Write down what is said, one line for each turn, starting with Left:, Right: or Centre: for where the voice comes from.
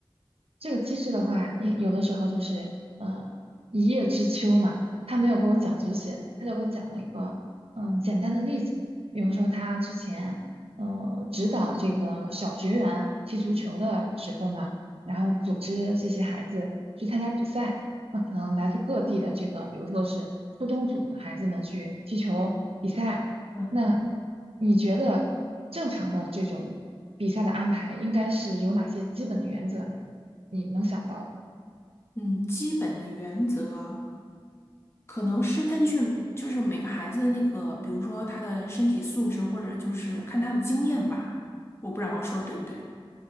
Right: 这个机制的话，你有的时候就是呃一叶知秋嘛，他没有给我讲足协，他就给我讲了一个嗯简单的例子，比如说他之前呃指导这个小学员踢足球的时候呢，然后组织这些孩子去参加比赛，那可能来自各地的这个，比如说是初中组的孩子呢去踢球比赛，
Left: 嗯
Right: 那你觉得正常的这种比赛的安排应该是有哪些基本的原则呢？你能想到的。
Left: 嗯，基本的原则。可能是根据就是每个孩子的那个，比如说他的身体素质，或者就是看他的经验吧。我不知道我说的对不对。